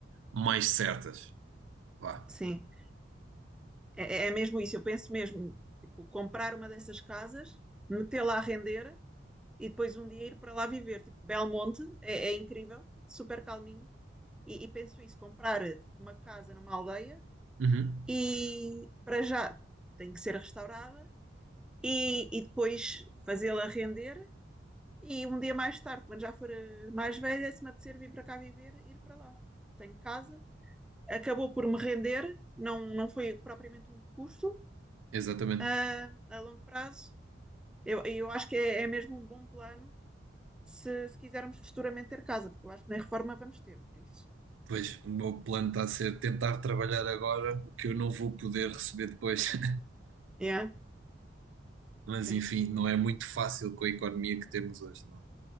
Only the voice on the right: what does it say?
mais certas. Vá.
Uhum.
Exatamente.
Pois, o meu plano está a ser tentar trabalhar agora o que eu não vou poder receber depois. <laughs>
Mas
enfim, não é muito fácil com a economia que temos hoje, não é?